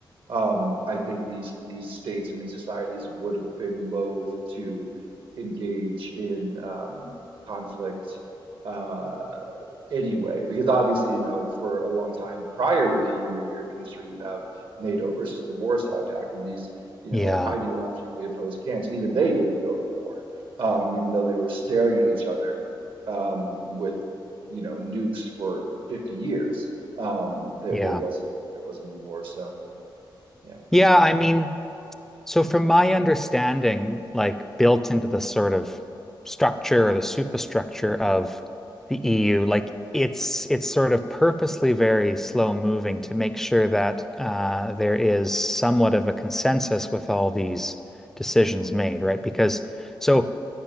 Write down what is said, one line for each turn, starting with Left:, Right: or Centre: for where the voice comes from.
Right: um, I think these these states and these societies would have been loath to engage in um, conflict uh, anyway, because obviously, you know, for a long time prior to the EU and European history, you have NATO versus the Warsaw Pact, and these, you
Centre: Yeah.
Right: know, ideologically opposed camps, even they didn't go to war, um, even though they were staring at each other um, with, you know, nukes for 50 years. Um, there,
Centre: Yeah.
Right: there wasn't there wasn't a war, so. Yeah.
Centre: Yeah. I mean, So from my understanding, like built into the sort of structure or the superstructure of the EU, like it's it's sort of purposely very slow moving to make sure that uh, there is somewhat of a consensus with all these decisions made, right? Because so